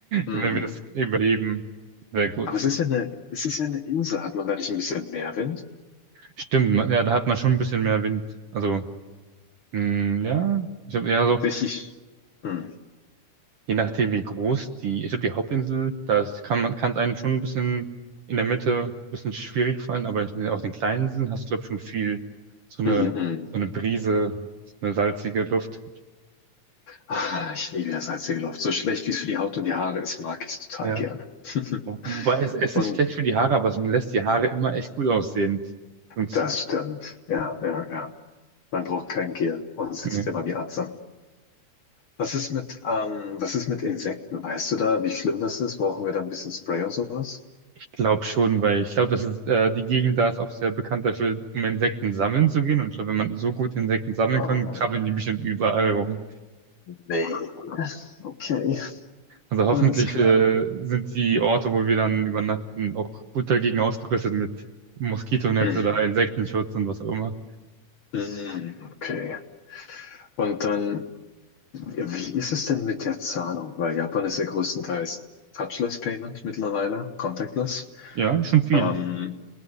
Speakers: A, on the left; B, on the right.
A: Hm.
B: wenn wir das überleben, sehr gut.
A: Aber es ist ja eine, es ist ja eine Insel. Hat man da nicht ein bisschen Meerwind?
B: Stimmt, man- ja, da hat man schon ein bisschen mehr Wind. Also, Mm, ja, ich glaube eher so,
A: Richtig. Hm.
B: je nachdem wie groß die, ich glaube die Hauptinsel, da kann man, kann es einem schon ein bisschen in der Mitte ein bisschen schwierig fallen, aber auf den kleinen Inseln hast du, glaube ich, schon viel so eine,
A: Mhm, mhm.
B: so eine Brise, so eine salzige Luft.
A: Ah, ich liebe ja salzige Luft. So schlecht wie es für die Haut und die Haare ist, mag ich es total
B: Ja.
A: gern. <laughs>
B: Wo- Wobei es, es
A: Und
B: ist schlecht für die Haare, aber es lässt die Haare immer echt gut aussehen. Und
A: das stimmt. Ja, ja, ja. Man braucht kein Gel und sitzt
B: ne,
A: immer wie Atze. Was ist mit, ähm, was ist mit Insekten? Weißt du da, wie schlimm das ist? Brauchen wir da ein bisschen Spray oder sowas?
B: ich glaube schon, weil ich glaube, das ist, äh, die Gegend da ist auch sehr bekannt dafür, um Insekten sammeln zu gehen. Und ich glaube, wenn man so gut Insekten sammeln
A: Oh,
B: kann, krabbeln die bestimmt überall rum.
A: nee. Okay,
B: Also hoffentlich
A: alles klar.
B: äh, sind die Orte, wo wir dann übernachten, auch gut dagegen ausgerüstet mit Moskitonetz
A: Mhm.
B: oder Insektenschutz und was auch immer.
A: Mhm, Okay. Und dann, wie ist es denn mit der Zahlung? Weil Japan ist ja größtenteils Touchless Payment mittlerweile, contactless.
B: Ja, schon viel.
A: Ähm,